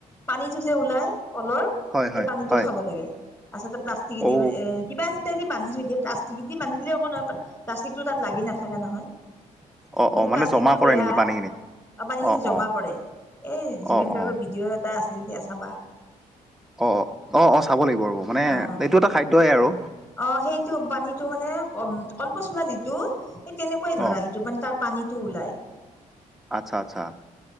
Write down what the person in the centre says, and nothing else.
হয়
হয়
হয়
ঔ
অ
অ মানে
জমা কৰে
নেকি পানীখিনি
অ
অ
অ
অ
অ, অ, অ, চাব লাগিব ৰ'ব মানে
এইটো এটা খাদ্যই আৰু
অ
আচ্ছা, আচ্ছা,